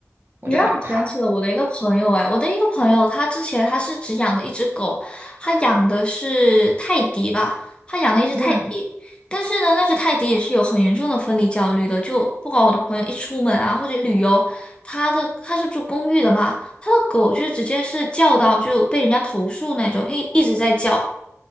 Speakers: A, on the right; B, on the left.
A: 我就害怕。
B: 你让我想起了我的一个朋友，哎，我的一个朋友，他之前他是只养了一只狗，他养的是泰迪吧，他养了一只泰迪，
A: 嗯，
B: 但是呢，那只泰迪也是有很严重的分离焦虑的，就不管我的朋友一出门啊或者旅游，他的他是住公寓的嘛，他的狗就直接是叫到就被人家投诉那种，一一直在叫。